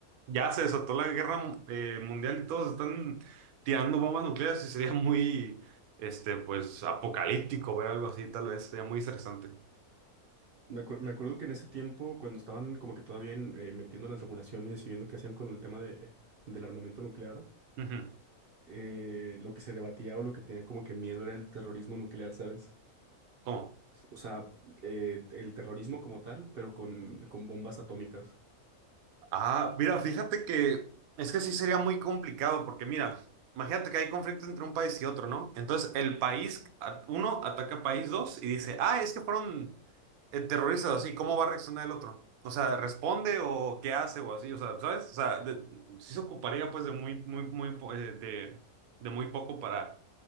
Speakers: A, on the right; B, on the right.
A: Ya se desató la guerra eh, mundial y todos están tirando bombas nucleares y sería muy, este, pues, apocalíptico ver algo así, tal vez, sería muy interesante.
B: Me acuer- me acuerdo que en ese tiempo, cuando estaban como que todavía en- eh, metiendo las regulaciones y viendo qué hacían con el tema de, del armamento nuclear,
A: Ujú.
B: eh, lo que se debatía o lo que tenían como que miedo era el terrorismo nuclear, ¿sabes?
A: ¿Cómo?
B: O sea, eh, el terrorismo como tal, pero con, con bombas atómicas.
A: Ah, mira, fíjate que es que sí sería muy complicado porque mira, imagínate que hay conflicto entre un país y otro, ¿no? Entonces el país, a- uno, ataca a país dos y dice, ah, es que fueron eh, terrorizas así, ¿cómo va a reaccionar el otro? O sea, ¿responde o qué hace o así? O sea, ¿sabes? O sea, de- sí se ocuparía pues de muy, muy, muy, po- eh, de, de muy poco para